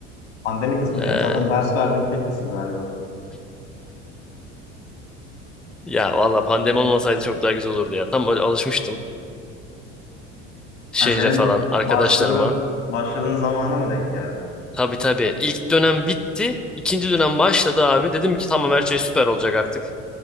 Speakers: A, on the left; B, in the centre.
A: Pandemi kısmı
B: Ee,
A: benim zaten ders verdiğim tek kısım galiba.
B: ya valla pandemi olmasaydı çok daha güzel olurdu ya. Tam böyle alışmıştım şehre
A: Ha, senin
B: falan arkadaşlarıma.
A: başladığın başladığın zamana mı denk geldi?
B: Tabii tabii. İlk dönem bitti. İkinci dönem başladı abi. Dedim ki tamam her şey süper olacak artık.